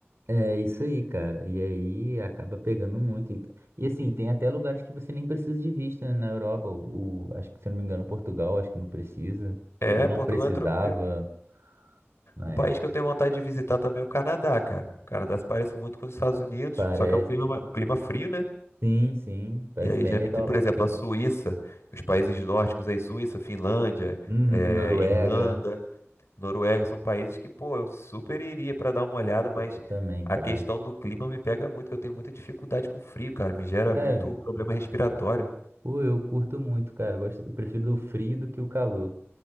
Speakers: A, on the right; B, on the left.
A: É isso aí, cara. E aí acaba pegando muito. E, e assim, tem até lugares que você nem precisa de visto, né? Na Europa, o, o- acho que se eu não me engano, Portugal, acho que não precisa.
B: É,
A: Ou não
B: Portugal
A: precisava
B: é tranquilo.
A: na
B: Um país
A: época.
B: que eu tenho vontade de visitar também é o Canadá, cara. O Canadá se parece muito com os Estados Unidos,
A: Parece,
B: só que é um clima, ma- um clima frio, né?
A: sim, sim. Parece
B: E aí
A: bem
B: já
A: legal
B: me diz, por
A: lá
B: exemplo,
A: também.
B: a Suíça, os países nórdicos aí, Suíça, Finlândia,
A: Uhum,
B: eh,
A: Noruega.
B: Irlanda, Noruega, são países que, pô, eu super iria pra dar uma olhada, mas
A: Pô, eu também,
B: a
A: cara.
B: questão do clima me pega muito, que eu tenho muita dificuldade com frio, cara. Me gera
A: Sério.
B: muito problema respiratório.
A: Pô, eu curto muito, cara. Eu Gosto, eu prefiro o frio do que o calor.